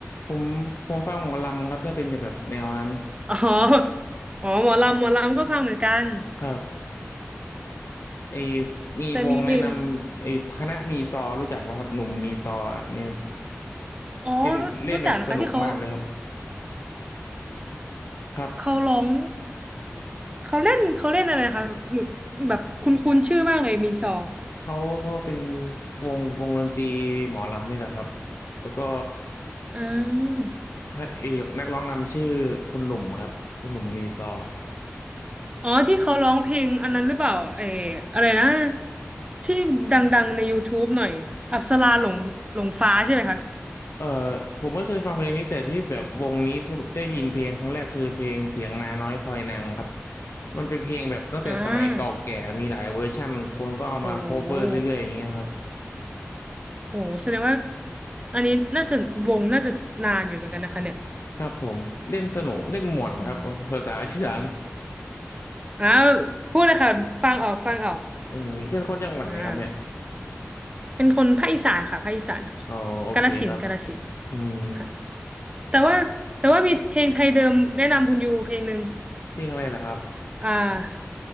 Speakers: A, on the left; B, on the right.
A: ผมผมฟังหมอลำครับถ้าเป็นแบบแนวนั้น
B: อ๋ออ๋อ หมอลำหมอลำก็ฟังเหมือนกัน
A: ครับไอมีวงแนะนำไอคณะมีซอรู้จักป่ะครับหนุ่มมีซออะเนี่ย
B: แต่มีเพลงอ๋อรู้รู้จักนะคะที่เขา
A: เล่นเล่นแบบสนุกมากเลยครับครับ
B: เขาร้องเขาเล่นเขาเล่นอะไรนะคะหนูแบบคุ้นคุ้นชื่อมากเลยมีซอ
A: เขาเขาเป็นวงวงดนตรีหมอลำนี่แหละครับแล้วก็
B: อ่า
A: พระเอกนักร้องนำชื่อคุณหนุ่มครับคุณหนุ่มมีซอ
B: อ๋อที่เขาร้องเพลงอันนั้นหรือเปล่าไอ้อะไรนะที่ดังๆใน YouTube หน่อยอัปสราหลงหลงฟ้าใช่ไหมคะ
A: เออผมไม่เคยฟังเพลงนี้แต่ที่แบบวงนี้ที่ได้ยินเพลงครั้งแรกคือเพลงเถียงนาน้อยคอยนางครับมันเป็นเพลงแบบตั้งแต่สมัยเก่าแก่มีหลายเวอร์ชั่นคนก็เอามาโคเวอร์เรื่อยๆอย่างเงี้ยครับ
B: อ่าโอ้โหโอ้โหแสดงว่าอันนี้น่าจะวงน่าจะนานอยู่เหมือนกันนะคะเนี่ย
A: ครับผมเล่นสนุกเล่นม่วนครับภาษาอีสาน
B: อืมอาวพูดเลยค่ะฟังออกฟังออก
A: เออเป็นคนจังหวัดไหนครับเนี่ย
B: อ่าเป็นคนภาคอีสานค่ะภาคอีสาน
A: อ๋อโอเคครับ
B: กาฬสินธุ์กาฬสินธุ์
A: อืม
B: ค่ะแต่ว่าแต่ว่ามีเพลงไทยเดิมแนะนำคุณยูเพลงหนึ่ง
A: เพลงอะไรล่ะครับ
B: อ่า